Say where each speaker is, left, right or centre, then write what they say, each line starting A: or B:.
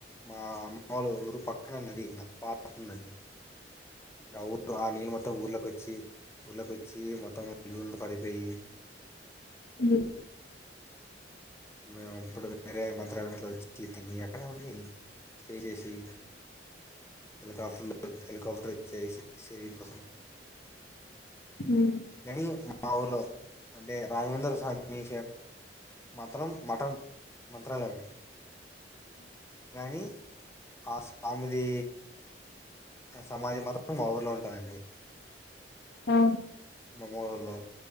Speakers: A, on the left; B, on the left.
A: మా అమ్మోళ్ల ఊరు పక్కన నది నా పారుతుందది అ ఉర్ ఆ నీళ్ళు మొత్తం ఊర్లోకొచ్చి ఊర్లోకొచ్చి మొత్తం ఊరు మొత్తం పాడైపోయి
B: హుమ్
A: మే ఇప్పుడు వేరే మంత్రాలట్లో వచ్చి తి అక్కడే ఉండి స్టే వచ్చేసి మళ్ళ తరువాత ఫుల్ హెలీికాప్టర్ వచ్చయ సేవింగ్ కోసం
B: హుమ్
A: కానీ మా ఊర్లో అంటే రాఘవేంద్ర స్వామి మాత్రం మటన్ మంత్రాలయం కానీ ఆ స్వామి ది ఆ సమాధి మాత్రం మా ఊరిలో ఉంటదండి
B: అ
A: మా అమ్మ వాళ్ళ ఊరిలో